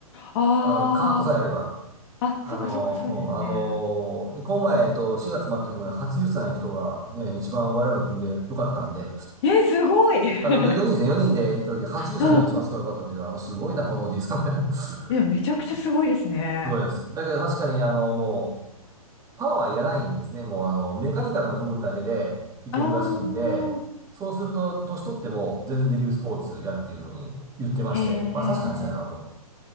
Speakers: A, on the left (about 45°); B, on the right (about 20°).
A: あー、
B: あの、カートさえあれば、
A: あ、
B: あの、
A: そうか、そうか、そうですね。
B: うんあのーで、この前、えっと、4月末の時もね、80歳の人がね、一番我々の組で良かったんで、
A: え、すごい <laughs>
B: あの、よ、4人ですね。人で行った時、80歳が一番すごい良かったという、
A: うん。
B: あの、すごいな、このおじいさんみたいな。<laughs> す
A: いや、めちゃくちゃすごいですね。
B: ごいです。だけど確かに、あの、もう、パワーはいらないんですね。もう、あの、メカニカルな部分だけでいけるらしいんで、
A: あー、
B: そうすると、年取っても全然できるスポーツやっていうふうに言ってまして、
A: へえ。
B: まあ確かにそうやなと。